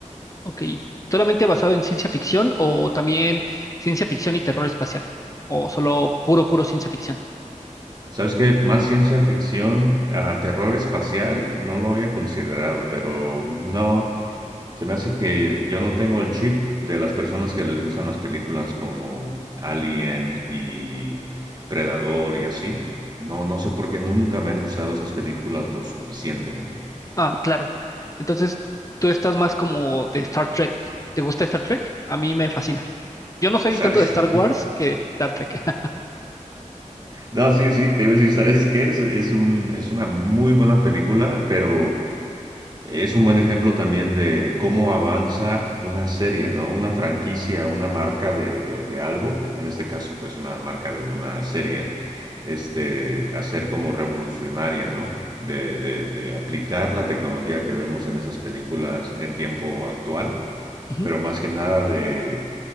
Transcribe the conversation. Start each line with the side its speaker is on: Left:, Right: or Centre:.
Left: Ok, ¿solamente basado en ciencia ficción o también ciencia ficción y terror espacial? ¿O solo puro, puro ciencia ficción?
Right: ¿Sabes qué? Más ciencia ficción, ah, terror espacial, no lo había considerado, pero no. Se me hace que yo no tengo el chip de las personas que les gustan las películas como Alien y Predador y así. No, no sé por qué nunca me han gustado esas películas lo suficiente, ¿no?
Left: Ah, claro. Entonces, tú estás más como de Star Trek. ¿Te gusta Star Trek? A mí me fascina. Yo no soy
Right: ¿Sabes?
Left: tanto de Star Wars
Right: <laughs>
Left: que de Star Trek. <laughs>
Right: No, sí, sí, te iba a decir, ¿sabes qué? Es, es un, es una muy buena película, pero Es un buen ejemplo también de cómo avanza una serie, ¿no? Una franquicia, una marca de, de- de algo, en este caso, pues una marca de una serie, este, hacer como revolucionaria, ¿no? De, de- de aplicar la tecnología que vemos en esas películas en tiempo actual,
Left: Ujú.
Right: pero más que nada de